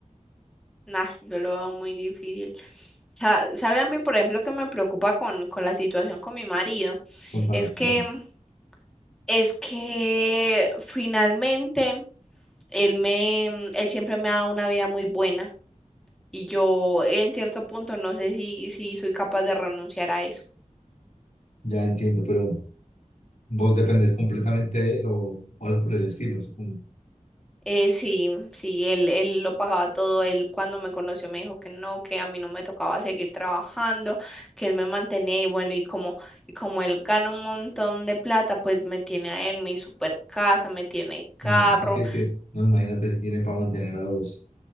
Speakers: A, in the centre; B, on the left (about 70°).
A: Nah, yo lo veo muy difícil. Sa- ¿Sabe a mí, por ejemplo, que me preocupa con, con la situación con mi marido?
B: Con fam-
A: Es que,
B: Bueno,
A: es que finalmente él me, él siempre me ha dado una vida muy buena. y yo en cierto punto no sé si, si soy capaz de renunciar a eso.
B: ya entiendo, pero... Vos dependés completamente de él o, o algo por el estilo, supongo.
A: Eh, sí, sí, él, él lo pagaba todo, él cuando me conoció me dijo que no, que a mí no me tocaba seguir trabajando, que él me mantenía y bueno, y como, y como él gana un montón de plata, pues me tiene en mi super casa, me tiene carro.
B: Eh, es que, es que, no, imagínate si tiene para mantener a dos.